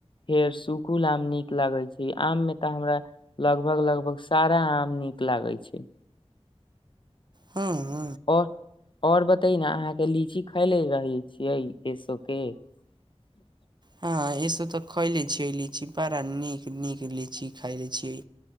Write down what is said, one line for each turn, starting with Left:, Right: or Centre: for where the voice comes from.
Left: फेर सुूखल आम नीक लागै छै आम मे तऽ हमरा लगभग -लगभग सारा आम नीक लागै छै।
Right: हँ। <unintelligible>
Left: आओर बतै न अहाँके लीची खायले रहै छियै ए सब के। <unintelligible>
Right: हँ एहिसभ तऽ खयले छियै लीची बड़ा नीक नीक लीची खाय ले छियै